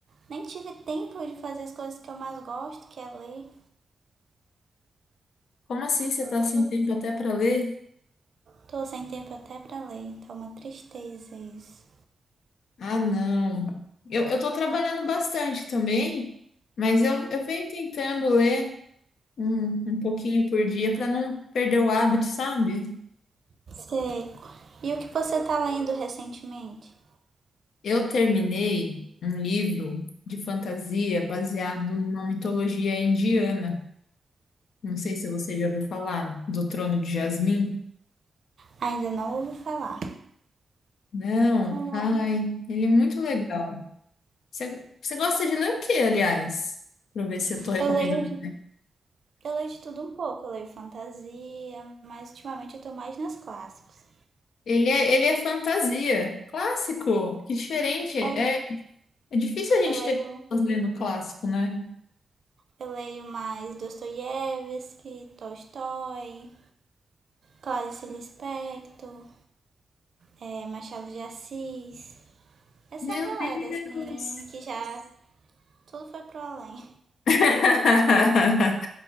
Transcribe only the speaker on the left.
Como assim você tá
sem
tempo até para ler?
Ah, não. Eu, eu tô trabalhando bastante também, mas eu, eu venho tentando ler um, um pouquinho por dia para não perder o hábito, sabe?
Eu terminei um livro de fantasia baseado numa mitologia indiana. Não sei se você já ouviu falar do Trono de Jasmim.
Não,
ai,
ele é muito legal. Você, você gosta de ler o que, aliás? Para eu ver se eu tô recomendando.
Ele é, ele é fantasia, clássico, que diferente. É,
é difícil a gente
ter pessoas lendo clássico, né?
Meu
Deus!
<laughs>